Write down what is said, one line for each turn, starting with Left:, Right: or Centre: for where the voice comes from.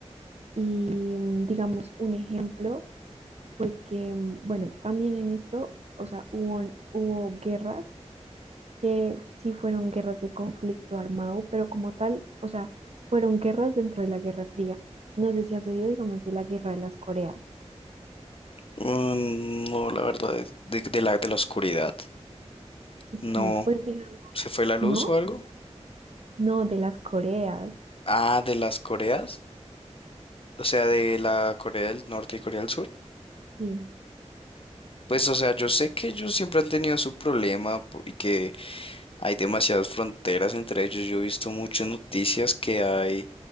Right: Y mm, digamos, un ejemplo fue que, mm, bueno, también en esto, o sea, hubo, hubo guerras que sí fueron guerras de conflicto armado, pero como tal, o sea, fueron guerras dentro de la Guerra Fría. No sé si has oído, digamos, de la Guerra de las Coreas.
Left: Mm, no, la verdad, de, de la, de la oscuridad. No.
Right: Sí, pues digamos,
Left: ¿Se fue la
Right: ¿no?
Left: luz o algo?
Right: No, de las Coreas,
Left: Ah, de las Coreas. O sea, de la Corea del Norte y Corea del Sur.
Right: sí.
Left: Pues, o sea, yo sé que ellos siempre han tenido su problema po- y que Hay demasiadas fronteras entre ellos. Yo he visto muchas noticias que hay